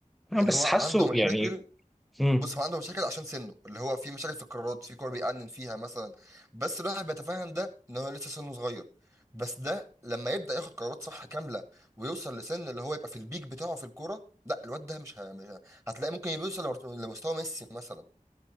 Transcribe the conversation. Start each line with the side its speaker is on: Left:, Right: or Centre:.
Centre: انا
Right: يعني
Centre: بس
Right: هو
Centre: حاسه
Right: عنده مشاكل
Centre: يعني مم.
Right: بص هو عنده مشاكل عشان سنه اللي هو في مشاكل في القرارات في كور بيأنن فيها مثلا بس الواحد بيتفهم ده ان هو لسه سنه صغير بس ده لما يبدأ ياخد قرارات صح كاملة ويوصل لسن اللي هو يبقى في البيك بتاعه في الكورة لا الواد ده مش ه- مش ه- هتلاقي ممكن يوصل لمستوى ميسي مثلا